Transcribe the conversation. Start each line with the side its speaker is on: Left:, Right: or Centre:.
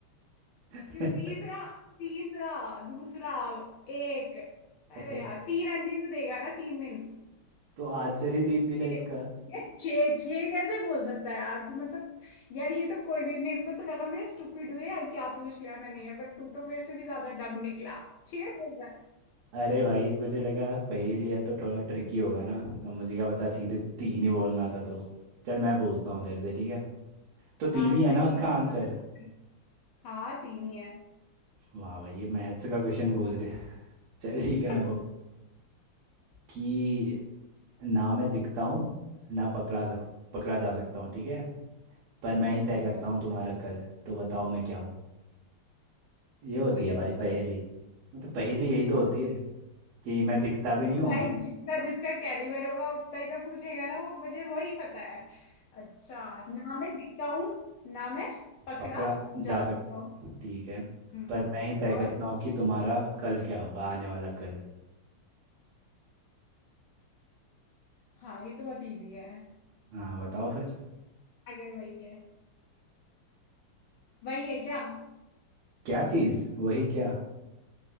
Right: <laughs>
Left: क्यों तीसरा तीसरा दूसरा एक अरे
Right: अच्छा
Left: यार तीन अंडे तो देगा ना तीन दिन
Right: तो आज ही तीन दिन है
Left: छः।
Right: इसका
Left: ये छः छः कैसे बोल सकता है यार तू मतलब यार ये तो कोई भी मेरे को तो लगा मैं स्टूपिड हुई है क्या पूछ लिया मैंने ये बट तू तो मेरे से भी ज्यादा डम निकला छः बोल रहा है
Right: अरे भाई मुझे लगा पहेली है तो थोड़ा ट्रिकी होगा ना अब मुझे क्या पता सीधे तीन ही बोलना था तो चल मैं पूछता हूँ उधर से ठीक है तो तीन
Left: यार
Right: ही है
Left: ट्रिकी
Right: ना उसका
Left: तो
Right: आंसर
Left: बात है। हाँ तीन ही है
Right: वाह भाई ये मैथ्स का क्वेश्चन पूछ रहे हैं। चल ठीक
Left: <laughs>
Right: है मैं बोल कि ना मैं दिखता हूँ ना पकड़ा सक पकड़ा जा सकता हूँ ठीक है पर मैं ही तय करता हूँ तुम्हारा कल तो बताओ मैं क्या हूँ ये होती
Left: ये क्या
Right: है भाई
Left: मतलब
Right: पहेली
Left: है
Right: मतलब पहेली यही तो
Left: हाँ
Right: होती है कि मैं दिखता भी नहीं हूँ
Left: भाई जितना जिसका कैलिबर होगा उतना ही तो पूछेगा ना वो मुझे वही पता है अच्छा ना मैं दिखता हूँ ना मैं पकड़ा
Right: पकड़ा जा
Left: जा
Right: सक
Left: सकता हूँ
Right: ठीक है
Left: हम्म,
Right: पर मैं ही तय
Left: और
Right: करता हूँ कि तुम्हारा कल क्या होगा आने वाला कल
Left: हाँ ये तो बहुत इजी है
Right: हाँ बताओ फिर
Left: अगर वही है वही है क्या
Right: क्या चीज़ वही क्या